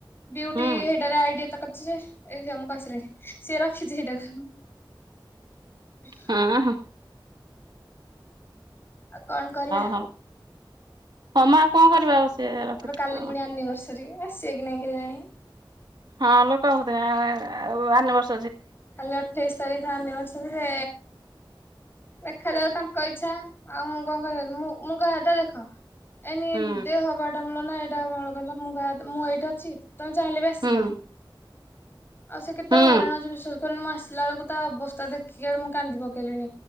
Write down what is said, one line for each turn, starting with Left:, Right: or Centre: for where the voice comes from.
Left: ବିୟୁଟି
Right: ହୁଁ
Left: ହେଇଟା ରେ ଆଇଡି ଯେ ଏ ମୁଁ କହିସିଲଣିି ସିଏ ରଖିଛି ହେଟାକୁ। ବ
Right: ହଁ ହଁ
Left: ଆଉ କଣ କରିବା।
Right: ହଉ ହଁ ମ ଆଉ କଣ କରିବା ଆଉ ସିଏ ରଖିଛି
Left: ମୋର କାଲି
Right: ତ
Left: ପୁଣି ଆନିଭର୍ସରୀ ଆସିବେ କି ନାଇଁ କେୟାଣି।
Right: ହଁ ଲୋକ ହଉଥିଲେ ଆନବର୍ସ
Left: କାଲି ଅଠେଇଶି ତାରିଖ ଅନିବର୍ଷରିରେ। ଦେଖାଯାଉ ତାଙ୍କ ଇଚ୍ଛା ଆଉ ମୁଁ କଣ କରି ମୁଁ କହିବା କଥା ଦେଖ ଏଇନି
Right: ହୁଁ
Left: ଦେହ ହବା ଏଟା ମୂଳ ନା ଏଇଟା ମୂଳ କହିଲ। ମୁଁ ଏଇଠି ଅଛି। ତମେ ଚାହିଁଲେ ବି ଆସିପାରିବ।
Right: ହୁଁ
Left: ଆଉ ସେ କେତେ
Right: ହୁଁ
Left: ହଇରାଣ ହେଉଚି ବି ମୁଁ ଆସିଲା ବେଳକୁ ତା ଅବସ୍ଥା ଦେଖିକି ବଡ ମୁଁ କାନ୍ଦି ପକେଇଲିଣି